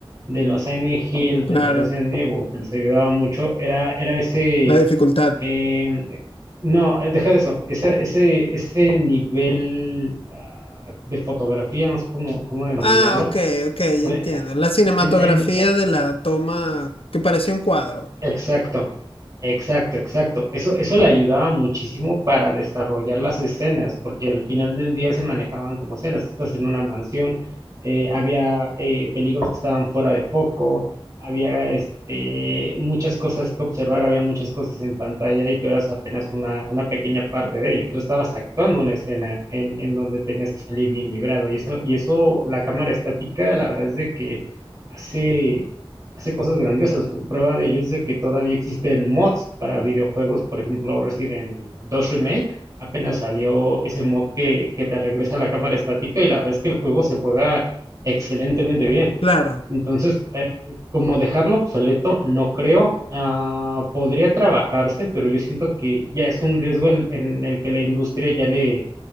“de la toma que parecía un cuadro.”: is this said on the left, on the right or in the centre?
Left